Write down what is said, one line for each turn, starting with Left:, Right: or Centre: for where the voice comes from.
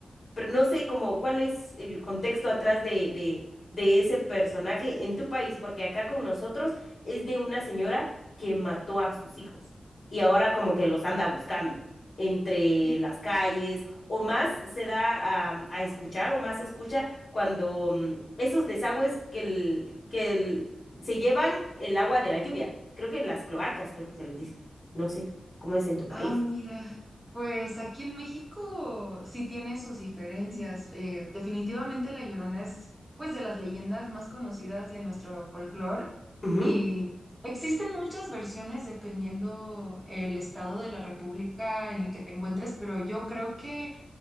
Left: Pero no sé como cuál es el contexto atrás de, de, de ese personaje en tu país, porque acá con nosotros es de una señora que mató a sus hijos y ahora como que los anda buscando entre
Centre: <laughs>
Left: las calles o más se da a, a escuchar o más se escucha cuando mm, esos desagües que, el, que el- se llevan el agua de la lluvia, creo que las cloacas, creo que se les dice, no sé cómo es en tu país.
Centre: Ah, mira, pues aquí en México sí tiene sus diferencias. Eh, definitivamente La Llorona es pues de las leyendas más conocidas de nuestro folclore
Left: Ujú.
Centre: y existen muchas versiones dependiendo el estado de la república en el que te encuentres, pero yo creo que